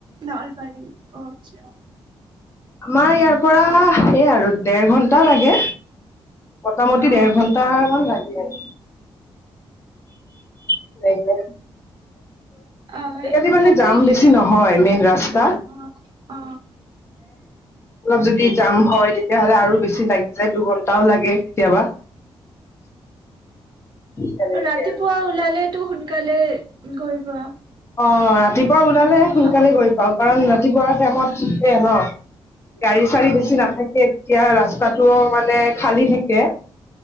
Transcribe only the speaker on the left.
আমাৰ ইয়াৰ পৰা সেই আৰু দেৰ ঘন্টা লাগে। মোটামুটি
দেেৰ ঘন্ট মান লাগে উ সেইকে
আজিকালি মানে
জাম বেছি নহয় মেইন ৰাস্তাত
অলপ যদি জাম হয় তেতিয়াাহ'লে আৰু বেছি লাগি যায় দুঘন্টাও লাগে কেতিয়াবা তেনেকে
অ ৰাতিপুৱা ওলালে
সোনকালে
গৈ পাও কাৰণ ৰা ৰাতিপুৱাৰ টাইমত ন গাড়ী চাড়ী
বেছি নাথাকে এতিয়া ৰাস্তাতটো মানে খালী থাকে